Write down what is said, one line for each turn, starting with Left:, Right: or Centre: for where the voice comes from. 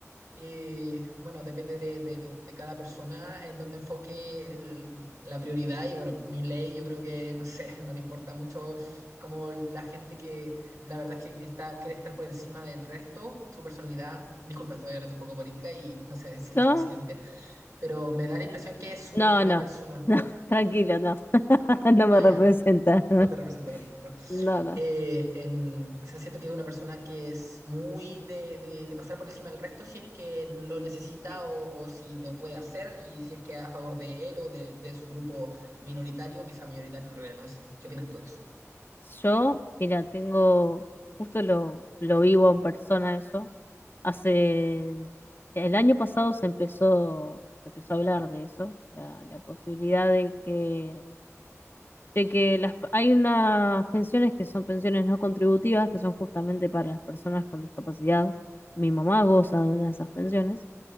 Right: eh, bueno, depende de, de- de cada persona en dónde enfoque el- la prioridad y bueno, mi ley yo creo que, no sé, <laughs> no le importa mucho como la gente que la verdad es que está, quiere estar por encima del resto, su personalidad, disculpa, estoy hablando un poco de política y no sé si es
Left: No,
Right: tu presidente, pero me da la impresión que es una
Left: no, no,
Right: persona,
Left: no, <laughs> tranquilo, no, <laughs> no
Right: ah,
Left: me representa.
Right: ya,
Left: <laughs>
Right: no te representa perfecto,
Left: No, no.
Right: eh, en, o sea, siento que es una persona que es muy de, de- de pasar por encima del resto si es que lo necesita
Left: Sí.
Right: o, o si lo puede hacer y si es que a favor de él o de, de su grupo minoritario, quizá mayoritario en realidad, no sé. ¿Qué opinas tú de eso?
Left: Yo, mira, tengo, justo lo, lo vivo en persona eso. Hace, el año pasado se empezó, se empezó a hablar de eso, la, la posibilidad de que, de que las, hay unas pensiones que son pensiones no contributivas, que son justamente para las personas con discapacidad. Mi mamá goza de una de esas pensiones.